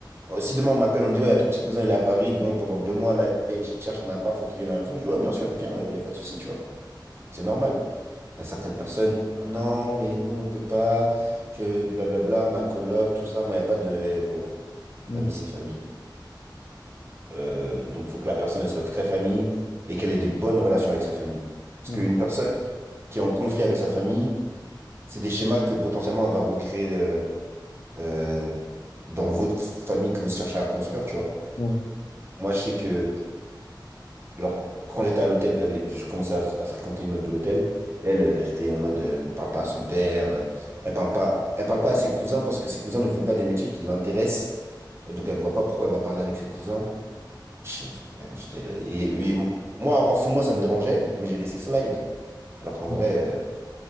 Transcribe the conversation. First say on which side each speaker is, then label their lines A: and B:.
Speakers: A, on the right; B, on the left.
A: euh, si demain on m'appelle, on me dit, ouais, y a ton petit cousin, il est à Paris. Bon, pendant deux mois, là, il cherche un appart, faut qu'il vienne à la maison. Je dis, ouais, bien sûr, il vient, il n'y a pas de souci, tu vois. C'est normal. T'as certaines personnes, non, mais nous, on peut pas. Je, blablabla, ma coloc, tout ça. Moi, il n'y a pas de, eh, gros,
B: ouais,
A: famille, c'est famille. Euh, donc, il faut que la personne elle soit très famille et qu'elle ait des bonnes relations avec sa famille. Parce
B: ouais,
A: qu'une personne qui est en conflit avec sa famille, c'est des schémas que potentiellement elle va recréer euh, euh, dans votre famille que vous cherchez à construire, tu vois.
B: ouais,
A: Moi, je sais que, genre, quand j'étais à l'hôtel, j'avais, je commençais à, à fréquenter une meuf de l'hôtel. Et Elle, euh, c'était en mode, euh, elle parle pas à son père, euh, elle parle pas, elle parle pas à ses cousins parce que ses cousins ne font pas des métiers qui l'intéressent. Et donc, elle voit pas pourquoi elle va parler avec ses cousins. J'ai- frère, j'étais là- Et, et moi, en fond, moi, ça me dérangeait, mais j'ai laissé slide. Alors qu'en
B: ouais.
A: vrai, euh,